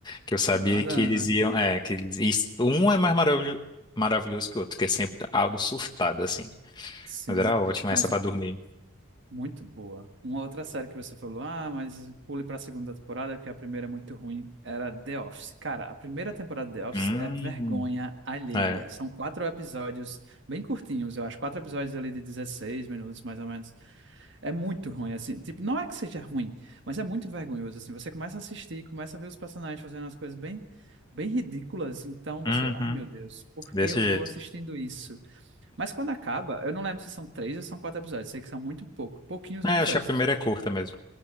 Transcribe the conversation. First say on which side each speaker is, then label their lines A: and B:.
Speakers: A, on the left; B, on the right.
A: que eu sabia
B: aguardando,
A: que eles
B: né?
A: iam. É, que eles, e um é mais maravilhoso, maravilhoso que o outro, que é sempre algo surtado, assim.
B: Sim,
A: Mas era ótimo
B: mas
A: essa pra dormir.
B: muito boa. Uma outra série que você falou, ah, mas pule para a segunda temporada, que a primeira é muito ruim, era The Office. Cara, a primeira temporada de The Office
A: Hum,
B: é vergonha alheia.
A: é.
B: São quatro episódios bem curtinhos, eu acho, quatro episódios ali de 16 minutos, mais ou menos. É muito ruim, assim. Tipo, não é que seja ruim, mas é muito vergonhoso, assim. Você começa a assistir, começa a ver os personagens fazendo umas coisas bem, bem ridículas. Então você,
A: Uhum,
B: ai meu Deus, por
A: desse
B: que eu
A: jeito.
B: tô assistindo isso? Mas quando acaba, eu não lembro se são três ou são quatro episódios. Sei que são muito pouco, pouquinhos episódios.
A: É, acho que a primeira é curta mesmo.